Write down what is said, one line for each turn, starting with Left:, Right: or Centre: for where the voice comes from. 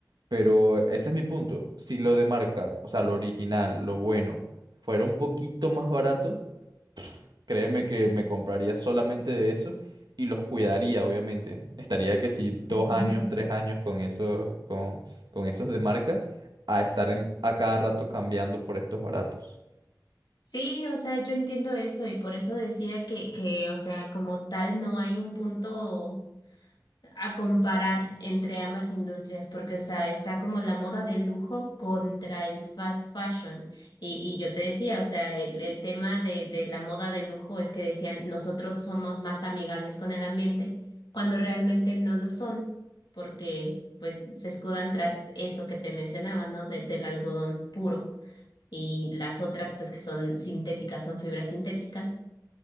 Right: Pero ese es mi punto. Si lo de marca, o sea, lo original, lo bueno, fuera un poquito más barato, créeme que me compraría solamente de eso y los cuidaría, obviamente. Estaría que si dos
Left: ujú.
Right: años, tres años con esos, con, con esos de marca, a estar en- a cada rato cambiando por estos baratos.
Left: Sí, o sea, yo entiendo eso y por eso decía que, que, o sea, como tal no hay un punto. a comparar entre ambas industrias, porque, o sea, está como la moda del lujo contra el fast fashion. Y, y yo te decía, o sea, el, el tema de, de la moda del lujo es que decían, nosotros somos más amigables con el ambiente, cuando realmente no lo son, porque pues se escudan tras eso que te mencionaba, ¿no? De- del algodón puro. Y las otras, pues que son sintéticas, son fibras sintéticas.